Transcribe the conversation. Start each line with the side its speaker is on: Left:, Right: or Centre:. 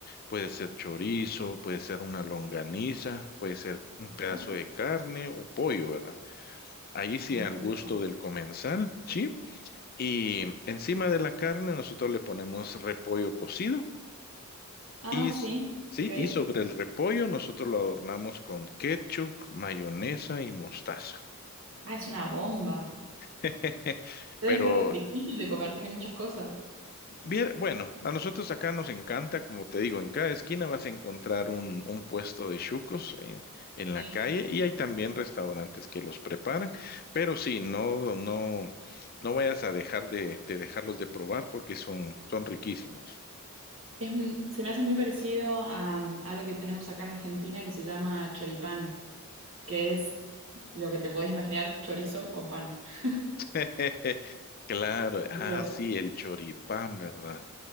Left: puede ser chorizo, puede ser una longaniza, puede ser un
Right: Ajá.
Left: pedazo de carne o pollo, ¿verdad? Ahí sí
Right: Ay,
Left: al
Right: qué rico.
Left: gusto del comensal, sí. Y encima de la carne nosotros le ponemos repollo cocido
Right: Ah,
Left: Y, s-
Right: sí,
Left: sí,
Right: ok.
Left: y sobre el repollo nosotros lo adornamos con ketchup, mayonesa y mostaza.
Right: Ah, es una bomba.
Left: <laughs>
Right: Debe
Left: Pero,
Right: ser difícil de comer, tiene muchas cosas.
Left: bien, bueno, a nosotros acá nos encanta, como te digo, en cada esquina vas a encontrar un, un puesto de chucos en, en la
Right: Sí.
Left: calle y hay también restaurantes que los preparan, pero sí, no, no, no vayas a dejar de, de dejarlos de probar porque son, son riquísimos.
Right: Es, m- se me hace muy parecido a, mm, algo que tenemos acá en Argentina que se llama choripán, que es lo que te podés imaginar, chorizo con pan. <laughs>
Left: <laughs> Claro, ah,
Right: Pero
Left: sí, el choripán, ¿verdad?